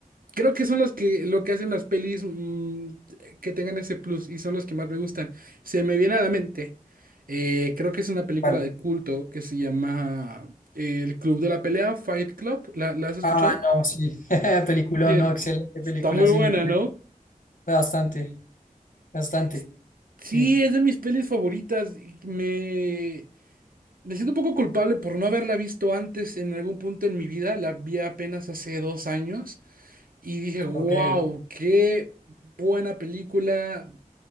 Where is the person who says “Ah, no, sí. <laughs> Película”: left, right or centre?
Left